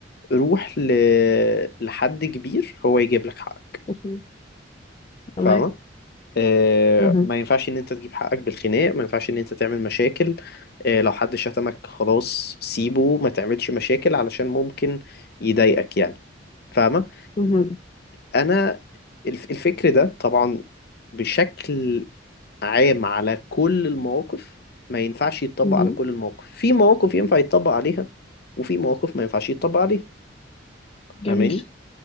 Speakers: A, on the left; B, on the left.
A: روح ل... لحد كبير هو يجيب لك حقك
B: مهم.
A: فاهمة
B: تمام
A: آه
B: مهم.
A: ما ينفعش ان انت تجيب حقك بالخناق ما ينفعش ان انت تعمل مشاكل آه لو حد شتمك خلاص سيبه ما تعملش مشاكل علشان ممكن يضايقك يعني فاهمة
B: مهم.
A: فانا الف... الفكر ده طبعا بشكل عام على كل المواقف ما ينفعش يتطبق
B: مهم.
A: على كل المواقف في مواقف ينفع يتطبق عليها وفي مواقف ما ينفعش يتطبق عليها
B: جميل
A: فاهماني